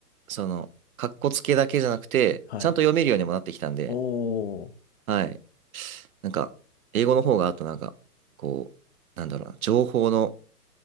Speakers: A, on the right; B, on the left.
A: その、かっこつけだけじゃなくて、
B: はい。
A: ちゃんと読めるようにもなってきたんで、
B: おー。
A: はい。なんか、英語の方が、あとなんか、こう、なんだろうな、情報の、